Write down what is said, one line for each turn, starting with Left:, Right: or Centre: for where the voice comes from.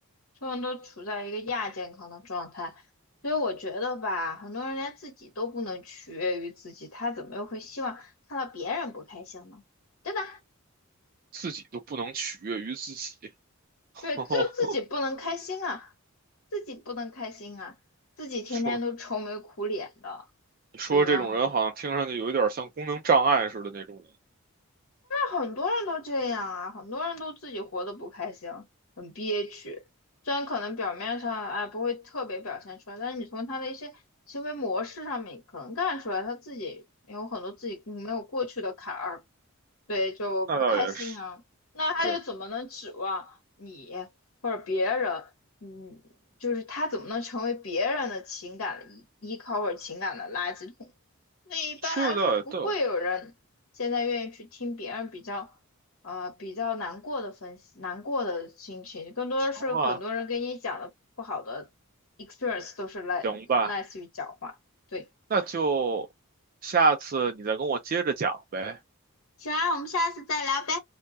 Left: 所有人都处在一个亚健康的状态，所以我觉得吧，很多人连自己都不能取悦于自己，他怎么又会希望看到别人不开心呢？对吧？
Right: 自己都不能取悦于自己。<laughs>
Left: 对，
Right: 哦，
Left: 就自己不能开心啊，自己不能开心啊，自己天天都愁眉苦脸的，
Right: 说你说这种人好像听上去有一点像功能障碍似的那种人，
Left: 对吧？在很多人都这样啊，很多人都自己活得不开心，很憋屈。虽然可能表面上哎不会特别表现出来，但是你从他的一些行为模式上面可能看出来，他自己有很多自己没有过去的坎儿，对，就不开心啊。
Right: 那倒也是，
Left: 那他又怎么能指望你或者别人？
Right: 对，你
Left: 嗯，就是他怎么能成为别人的情感的依依靠或者情感的垃圾桶？所以一般来说不会有人现在愿意去听别人比较，
Right: 说的倒也对。
Left: 呃，比较难过的分析，难过的心情，更多是很多人给你讲的不好的
Right: 然后啊，
Left: experience 都是来类似于讲话。
Right: 行吧，
Left: 对，
Right: 那就下次你再跟我接着讲呗。
Left: 行啊，我们下次再聊呗。